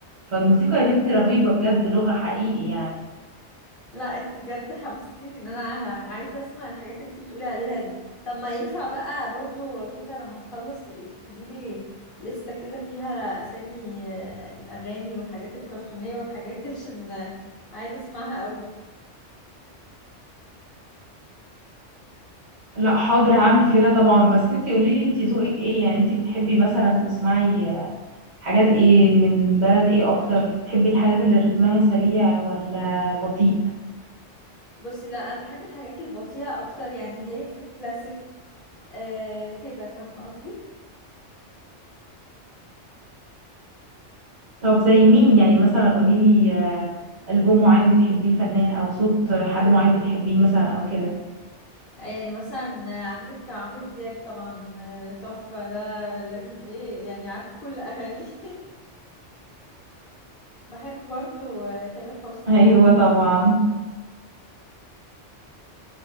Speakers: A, on the right; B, on the left.
A: فالموسيقى يا بنتي رهيبة بجد لغة حقيقي يعني
B: لا انت بجد حمستيني ان انا ه- عايزه اسمع الحاجات اللي انت بتقولي عليها دي طب ما ينفع بقى برضو كده لما نخلص تبقي تكتبي لي لستة كده فيها اسامي آه، الاغاني والحاجات الكرتونيه والحاجات دي <laughs> عشان آه، عايزه اسمعها قوي
A: لا حاضر هعمل كده طبعا بس انتي قوليلي انتي ذوقك ايه يعني انتي بتحبي مثلا تسمعي آه، حاجات ايه من بلد ايه اكتر بتحبي الحاجات اللي رتمها سريع ولا بطيء
B: بصي لا انا بحب الحاجات البطيئه اكتر يعني ليا في الكلاسيك آه كده فاهمه قصدي
A: طب زي مين يعني مثلا قوليلي آه، ألبوم معين بتحبيه الفنان او صوت حد معين بتحبيه مثلا او كده
B: يعني مثلا آه، عندك عمرو دياب طبعا آه، تحفه ده لازم ايه يعني عارفه كل اغانيه <laughs> بحب برضو آه، تامر حسني
A: <laughs> ايوه طبعا